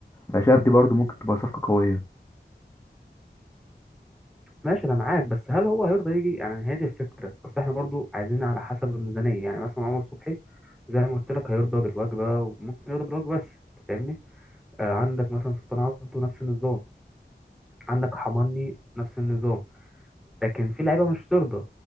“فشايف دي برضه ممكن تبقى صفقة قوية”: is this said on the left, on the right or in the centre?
Left